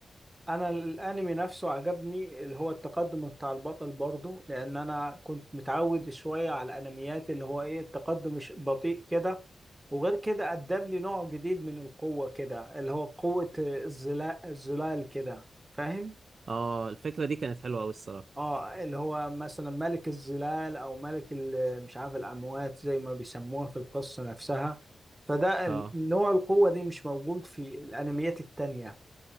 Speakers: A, on the right (about 15°); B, on the right (about 55°).
A: انا الانمي نفسه عجبني اللي هو التقدم بتاع البطل برضه لان انا كنت متعود شويه على الانميات اللي هو ايه التقدم مش بطيء كده وغير كده قدم لي نوع جديد من القوه كده اللي هو قوه الظلال الظلال كده فاهم
B: آه الفكرة دي كانت حلوة أوي الصراحة
A: اه اللي هو مثلا ملك الظلال او ملك ال- مش عارف الاموات زي ما بيسموها في القصه نفسها فده ال-
B: آه
A: نوع القوه دي مش موجود في الانميات التانيه